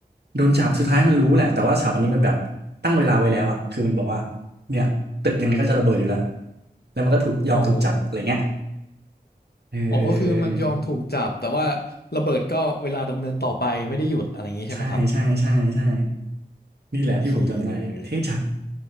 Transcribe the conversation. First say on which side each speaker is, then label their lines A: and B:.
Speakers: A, on the right (about 70°); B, on the left (about 65°).
A: โดนจับสุดท้ายมันรู้แหละแต่ว่าสถาปนิกมันแบบตั้งเวลาไว้แล้วอ่ะคือมันบอกว่าเนี่ยตึกยังไงก็จะระเบิดอยู่แล้วแล้วมันก็ถูกยอมถูกจับอะไรเงี้ย
B: อ๋อ
A: เออเออเออเออ
B: อ๋อก็คือมันยอมถูกจับแต่ว่าระเบิดก็เวลาดำเนินต่อไปไม่ได้หยุดอะไรอย่างนี้ใช่ไหมครับ
A: ใช่ใช่ใช่ใช่นี่แหละที่ผมจำได้เท่จัด
B: โอเคเลย